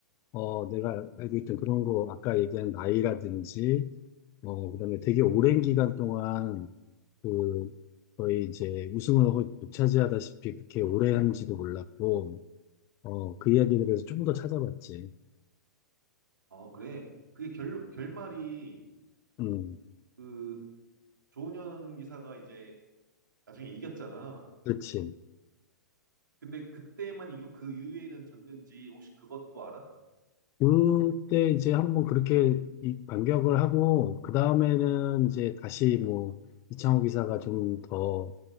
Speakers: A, on the left; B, on the right.
A: 어 내가 알고 있던 그런 거 아까 얘기한 나이라든지 어 그다음에 되게 오랜 기간 동안 그 거의 이제 우승을 거의 독차지하다시피 그렇게 오래 한지도 몰랐고 어 그 이야기에 대해서 좀 더 찾아봤지.
B: 아, 그래. 그게 결, 결말이
A: 음
B: 그 조은현 기사가 이제 나중에 이겼잖아.
A: 그렇지.
B: 근데 그때만 이거 그 이후에는 졌는지 혹시 그것도 알아?
A: 그때 이제 한번 그렇게 이 반격을 하고, 그 다음에는 이제 다시 뭐, 이창호 기사가 좀 더